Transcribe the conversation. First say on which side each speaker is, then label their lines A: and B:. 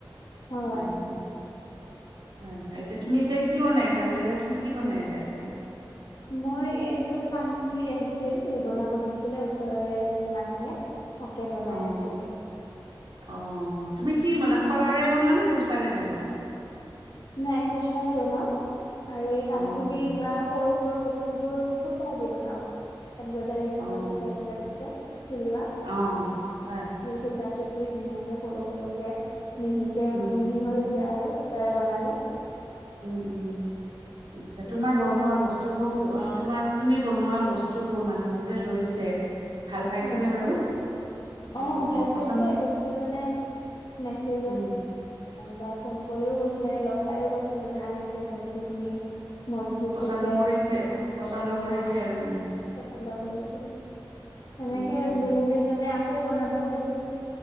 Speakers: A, on the left (about 55°); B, on the right (about 65°).
A: হয়
B: উম, হয় -হয় এতিয়া তুমি, এতিয়া কি বনাই আছা বোলে কলে তুমি কি বনাই আছা এতিয়া?
A: মই এযোৰ কাণফুলি আহিছিল এ, বনাব দিছিলে ওচৰৰে এজনী মাহীয়ে। তাকে বনাই
B: অ',
A: আছো আৰু।
B: অ ', তুমি কি মানে শলাৰে বনোৱা নে কৰ্চাৰে বনোৱা?
A: নাই কৰ্চাৰে বনাও। আৰু এই
B: অ',
A: কাণফুলি
B: অ',
A: বা সৰু -সৰু বস্তু বোৰ, সূতাই দি বনাও। এম্ব্ৰইডাৰী
B: অ',
A: কৰা সূতাটো যে থাকে। চিলোৱা
B: অ', হয়, হয়,
A: সেই সূতাটো। এই ধুনীয়াকে সৰু - সৰুকে। মিহিকে হয়
B: উম,
A: মিহি হয়
B: উম,
A: এতিয়া আৰু সূতাৰে, বনালে
B: উম উম আচ্ছা
A: তেনেকে
B: তোমাৰ বনোৱা
A: বনাইছে
B: বস্তু বোৰ অ তোমাৰ তুমি বনোৱা বস্তু বস্তু বোৰ মানুহে যে লৈছে ভাল পাইছেনে
A: হয়
B: বাৰু
A: অ'
B: উম
A: ভাল পাইছে
B: পচন্দ
A: বহু কেইজনে মেছেজ
B: উম
A: বা ফোন কৰিও কৈছে, লগ পাইও কৈছে যে ভাল হৈছে বস্তু খিনি। মজবুত
B: পচন্দ
A: হৈছে।
B: কৰিছে অ পচন্দ কৰিছে
A: হয়, হয়
B: আৰু মানুহে
A: পচন্দ কৰিছে। সেনেকে
B: উম উম
A: বহু কেইজনে আক কৌ বনাবও দিছে।